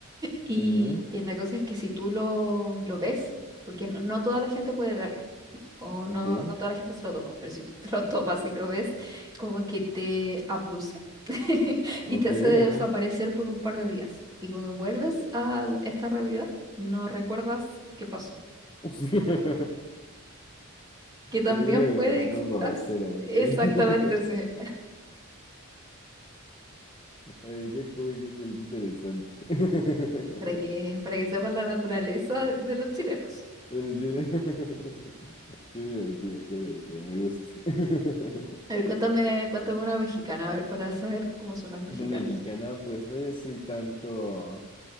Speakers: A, on the right; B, on the left.
A: Y
B: Ajá.
A: que la cosa es que si tú lo, lo ves, porque no, no toda la gente puede verlo, o no,
B: Ok,
A: no toda la gente se lo topa, pero si tú <laughs> te lo topas y lo ves, como que te abduce <laughs>
B: ok,
A: y te hace desaparecer
B: ajá.
A: por un par de días. Y cuando vuelves a l- esta realidad, no recuerdas qué pasó.
B: <laughs>
A: Que también
B: En México
A: puede
B: le decimos
A: explicarse
B: borracheras.
A: exactamente
B: <laughs>
A: ese-
B: Oye, qué cool, qué cool, qué interesante. <laughs> Pero
A: para que, para que sepas la naturaleza de de los chilenos.
B: El chile- <laughs> Qué divertido, qué divertido, me gusta. <laughs>
A: A ver, cuéntame, cuéntame una mexicana, a ver, para saber cómo son las mexicanas.
B: No mexicana, pues no hay así tanto,